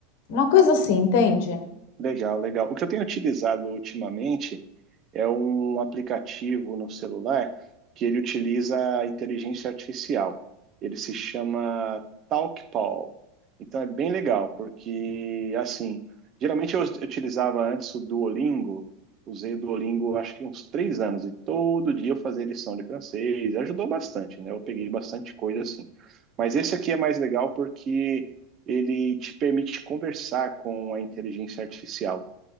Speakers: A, on the left (about 60°); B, on the right (about 30°).
A: Uma coisa assim, entende?
B: Legal, legal. O que eu tenho utilizado ultimamente é um aplicativo no celular que ele utiliza a inteligência artificial. Ele se chama TalkPal. Então é bem legal, porque assim, geralmente eu utilizava antes o Duolingo, usei o Duolingo acho que uns três anos, e todo dia eu fazia lição de francês, ajudou bastante, né? Eu peguei bastante coisa assim. Mas esse aqui é mais legal porque ele te permite conversar com a inteligência artificial.